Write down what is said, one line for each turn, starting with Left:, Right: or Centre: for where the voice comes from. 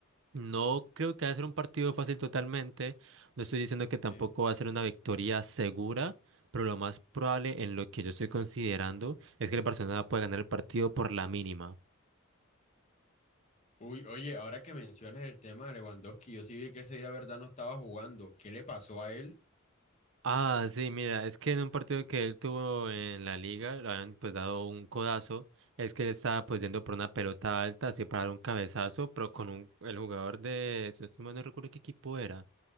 Right: no creo que va a ser un partido fácil totalmente. No estoy diciendo que tampoco
Left: sí.
Right: va a ser una victoria segura, pero lo más probable en lo que yo estoy considerando es que el Barcelona pueda ganar el partido por la mínima.
Left: Uy, oye, ahora que mencionas el tema de Lewandowski, yo sí vi que ese día, verdad, no estaba jugando. ¿Qué le pasó a él?
Right: Ah, sí, mira, es que en un partido que él tuvo en la liga, le habían pues dado un codazo, es que él estaba pues yendo por una pelota alta, así para dar un cabezazo, pero con un, el jugador de, si no estoy mal, no recuerdo qué equipo era.